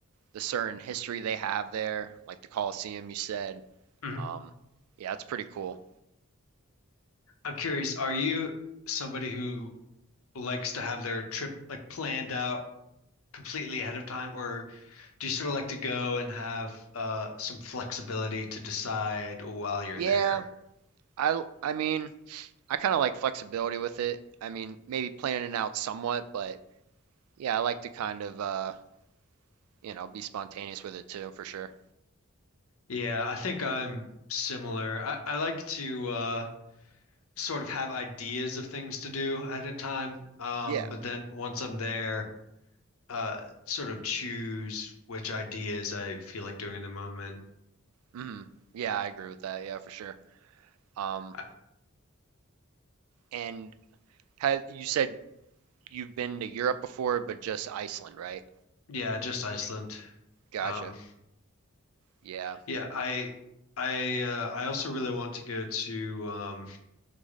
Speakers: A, on the right; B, on the left.
A: the certain history they have there, like the Colosseum you said.
B: Mhm.
A: Um, yeah, it's pretty cool.
B: I'm curious. Are you somebody who likes to have their trip like planned out completely ahead of time, or Do you sort of like to go and have uh, some flexibility to decide while you're
A: Yeah,
B: there?
A: I l- I mean, I kind of like flexibility with it. I mean, maybe planning it out somewhat, but yeah, I like to kind of uh, you know, be spontaneous with it too, for sure.
B: Yeah, I think I'm similar. I, I like to uh, sort of have ideas of things to do at a time, um,
A: Yeah.
B: but then once I'm there, uh, sort of choose which ideas I feel like doing in the moment.
A: hmm Yeah, I agree with that. Yeah, for sure. Um,
B: I,
A: and had you said you've been to Europe before, but just Iceland, right?
B: yeah, just Iceland.
A: Gotcha.
B: Um,
A: Yeah,
B: yeah, I. I uh, I also really want to go to um